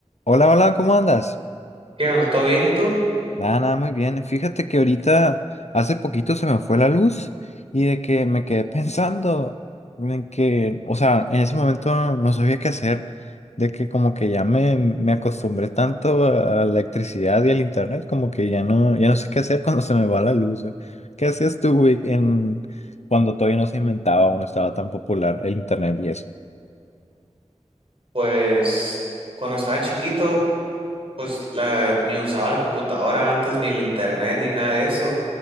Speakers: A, on the left; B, on the right.
A: Hola, hola, ¿cómo andas?
B: ¿Qué onda? ¿Todo bien y tú?
A: Nada, nada, muy bien. Fíjate que ahorita hace poquito se me fue la luz y de que me quedé <laughs> pensando en que, o sea, en ese momento no sabía qué hacer, de que como que ya me, me acostumbré tanto a a la electricidad y al internet, como que ya no, ya no sé qué hacer <laughs> cuando se me va la luz. güey. ¿Qué hacías tú, güey, en cuando todavía no se inventaba o no estaba tan popular el internet y eso?
B: Pues cuando estaba chiquito, pues la, ni usaba la computadora antes, ni el internet, ni nada de eso.